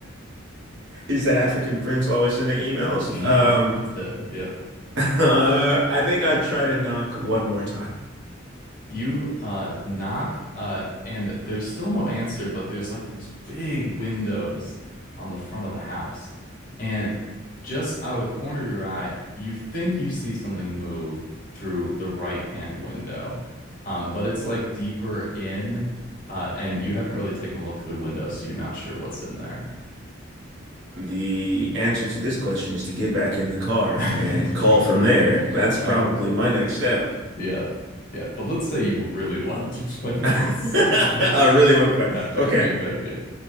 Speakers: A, on the right; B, on the left.
A: he's that African prince always sending emails.
B: Yeah,
A: Um,
B: he, it's him. Yep.
A: <laughs> uh, I think I'd try to knock one more time.
B: You uh knock uh and there's still no answer, but there's like these big windows on the front of the house. And just out of the corner of your eye, you think you see something move through the right-hand window. Um, but it's like deeper in uh and you haven't really taken a look through the window, so you're not sure what's in there.
A: The answer to this question is to get back in the car
B: <laughs>
A: and call
B: Yeah.
A: from there. That's probably
B: Uh
A: my next step.
B: yeah. Yeah. But let's say you really <laughs> wanted to play
A: <laughs>
B: this
A: I
B: <laughs> this
A: really want to play.
B: haptic
A: Okay,
B: feedback game.